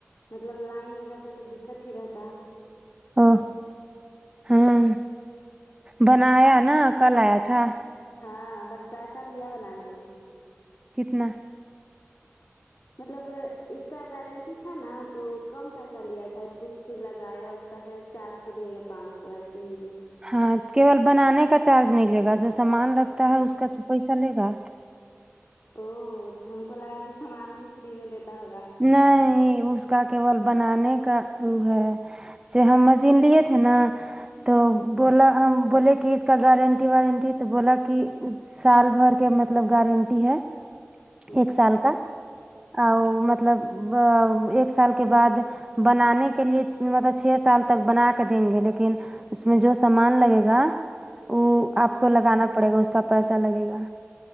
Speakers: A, on the left; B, on the right.
A: مطلب لائن نہیں رہتا تو دقت ہی رہتا
B: او ہاں بنایا نا کل آیا تھا
A: ہاں بٹ پیسہ لیا بنانے میں
B: کتنا
A: مطلب اس کا وارنٹی تھا نا تو کم پیسہ لیا شاید کچھ لگایا اس کا شاید چار سو لیا یا پانچ سو ایسے ہی لیا
B: ہاں کیول بنانے کا چارج نہیں لے گا جو سامان لگتا ہے اس کا تو پیسہ لے گا
A: او ہم کو لگا کی سامان بھی فری میں دیتا ہوگا
B: نہیں اس کا کیول بنانے کا وہ ہے سے ہم مشین لیے تھے نا تو بولا ہم بولے کی اس کا گارنٹی وارنٹی تو بولا کی سال بھر کے مطلب گارنٹی ہے
A: اچھا
B: ایک سال کا اور مط لب آ ایک سال کے بعد بنانے کے لیے مطلب چھ سال تک بنا کے دیں گے لیکن اس میں جو سامان لگے گا وہ آپ
A: ہاں
B: کو لگانا پڑے گا اس کا پیسہ لگے گا